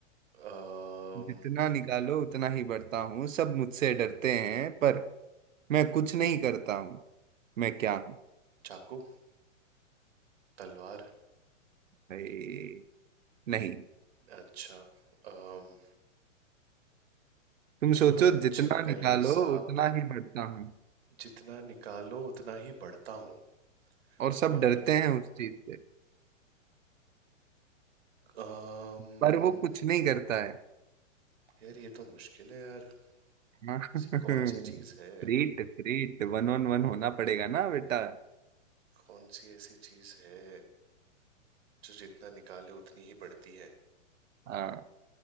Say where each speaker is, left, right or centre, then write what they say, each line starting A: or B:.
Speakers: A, on the right; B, on the right.
A: अम्म,
B: जितना निकालो उतना ही बढ़ता हूँ सब मुझसे डरते हैं पर मैं कुछ नहीं करता हूँ मैं क्या हूँ
A: चाकू तलवार
B: भाई नहीं
A: अच्छा अम्म,
B: तुम
A: चूहा
B: सोचो जितना
A: छिपकली
B: निकालो
A: सांप
B: उतना ही बढ़ता हूँ
A: जितना निकालो उतना ही बढ़ता हूँ
B: और सब
A: कौन
B: डरते हैं उस चीज से
A: अम्म,
B: पर वो कुछ नहीं करता है
A: यार ये तो मुश्किल है यार
B: हाँ <laughs>
A: ऐसी कौन सी चीज है
B: फ्रीट फ्रीट वन ऑन वन होना पड़ेगा ना बेटा
A: कौन सी ऐसी चीज है जो जितना निकाले उतनी ही बढ़ती है
B: हाँ